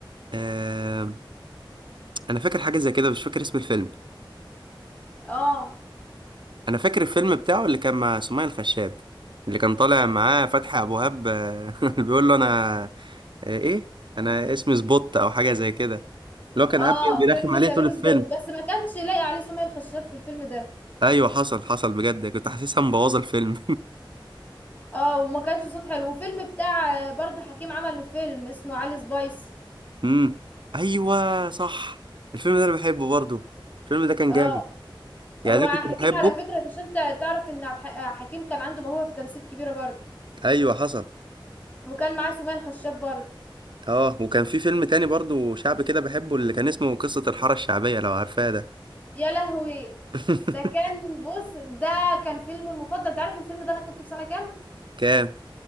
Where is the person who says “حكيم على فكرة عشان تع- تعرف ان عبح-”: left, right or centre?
Left